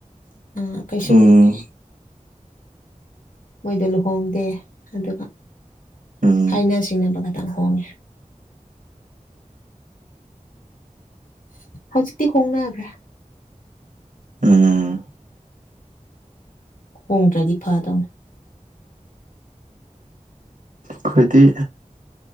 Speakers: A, on the left; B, on the right.
A: ꯎꯝ ꯀꯩꯁꯨ
B: ꯎꯝ
A: ꯃꯣꯏꯗꯣ ꯂꯨꯍꯣꯡꯗꯦ ꯑꯗꯨꯒ
B: ꯎꯝ
A: ꯍꯥꯏꯅ ꯁꯤꯡꯅꯕ ꯈꯇꯪ ꯍꯣꯡꯉꯦ ꯍꯧꯖꯤꯛꯇꯤ ꯍꯣꯡꯅꯒ꯭ꯔꯦ
B: ꯎꯝ
A: ꯍꯣꯡꯗ꯭ꯔꯗꯤ ꯐꯥꯗꯧꯅꯦ
B: ꯑꯩꯈꯣꯏꯗꯤ